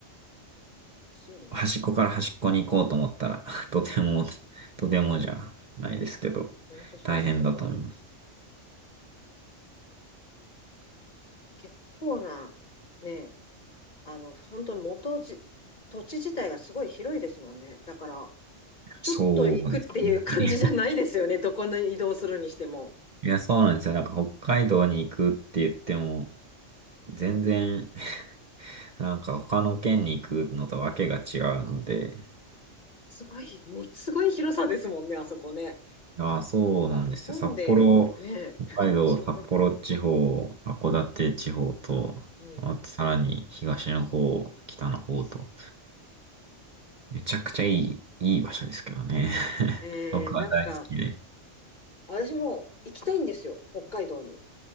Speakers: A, on the left (about 40°); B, on the right (about 40°).
A: すよね。
B: 端っこから端っこに行こうと思ったら、<laughs> とても、
A: うん、
B: とてもじゃないですけど、
A: 本当そうですね。
B: 大変だと思います。
A: 結構な、ね、あの、本当に元じ、土地自体がすごい広いですもんね。だから、ちょっと行くっていう感じじゃないですよね。
B: そうです。本当に。
A: どこに移動するにしても。
B: いや、そうなんですよ。なんか北海道に行くって言っても、全然 <laughs> なんか他の県に行くのとわけが違うので、
A: すごい、ものすごい広さですもんね、あそこね。
B: ああ、そうなんですよ。
A: 日本で、
B: 札幌、
A: ね、
B: 北海道、
A: <laughs> 一番。
B: 札幌地方、函館地方と、
A: うん。
B: あとさらに東の方、北の方と、めちゃくちゃいい、いい場所ですけどね。<laughs>
A: えー、
B: 僕は大好きで。
A: なんか、私も行きたいんですよ、北海道に。